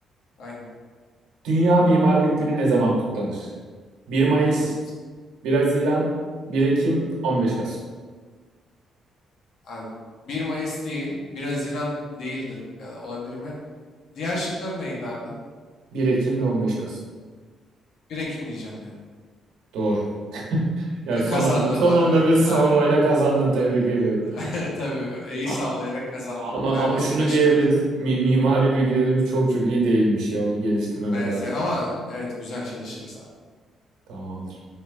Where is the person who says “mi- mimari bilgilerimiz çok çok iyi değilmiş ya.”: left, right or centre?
Right